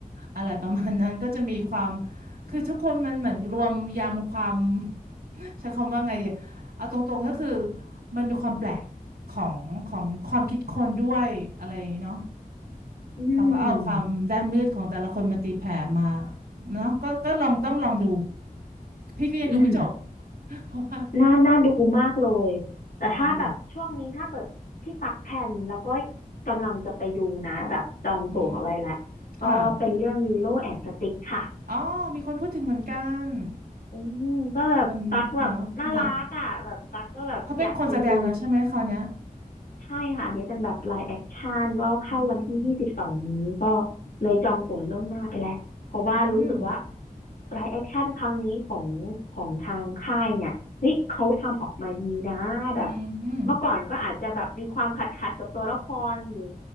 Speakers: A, on the right (about 80°); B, on the left (about 70°).
A: อะไรประมาณนั้นก็จะมีความคือทุกคนมันเหมือนรวมยำความ ใช้คำว่าไงดีเอาตรงๆก็คือมันมีความแปลกของของความคิดคนด้วยอะไรอย่างนี้เนาะ
B: อืม
A: เขาก็เอาความด้านมืดของแต่ละคนมาตีแผ่มาเนาะก็ก็ลองต้องลองดูพี่ก็ยังดูไม่จบ
B: อืม
A: <laughs> เพราะว่า
B: น่าน่าดูมากเลย แต่ถ้าแบบช่วงนี้ถ้าเกิดที่ตักแผ่นแล้วก็
A: แปลกดี
B: กำลังจะไปดูนะแบบจองตั๋วไว้แล้วก็เป็นเรื่องลีโลแอนด์สติกค่ะ
A: อือหือค่ะอ๋อมีคนพูดถึงเหมือนกัน
B: อืมก็แบบตักแบบน่ารักอ่ะแบบตักก็แบบอยากไปดู
A: มันเนาะนะเขาเป็นคนแสดงแล้วใช่ไหมคราวเนี้ย
B: ใช่ค่ะอันนี้เป็นแบบ live action ก็เข้าวันที่ยี่สิบสองนี้ก็
A: อืมอืม
B: เลยจองตั๋วล่วงหน้าไปแล้วเพราะว่ารู้สึกว่า
A: อ
B: live action ครั้งนี้ของของทางค่ายเนี่ยเฮ้ยเขาทำออกมาดีนะแบบ
A: ืมอืม
B: เมื่อก่อนก็อาจจะแบบมีความขัดขัดกับตัวละครหรือ